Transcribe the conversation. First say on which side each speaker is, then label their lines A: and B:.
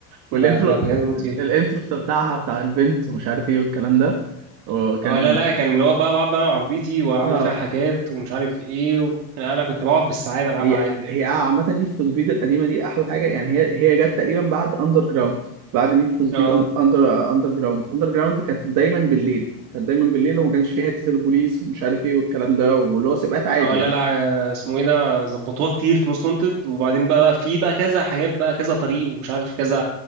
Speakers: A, on the right; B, on the right.
A: ب-
B: والانترو
A: ب- بجد بموت فيها
B: الانترو بتاعها بتاع البنت ومش عارف ايه والكلام ده وكان
A: اه لا لا كان اللي هو بقى بقعد بقى على عربيتي واعمل
B: اه
A: فيها حاجات ومش عارف ايه و... لا لا كنت بقعد بالساعات العبها
B: هي
A: عادي يعني
B: هي آه، عامة نيد فور سبيد القديمة دي أحلى حاجة يعني هي هي جت تقريبا بعد أندر جراوند بعد نيد فور سبيد
A: اه
B: أندر أندر جراوند أندر جراوند كانت دايما بالليل كانت دايما بالليل وما كانش فيها حتة البوليس ومش عارف إيه والكلام ده واللي هو سباقات عادي
A: اه لا
B: يعني
A: لا آه، اسمه ايه ده ظبطوها كتير في موست وانتد وبعدين بقى في بقى كذا حاجات بقى كذا طريق ومش عارف كذا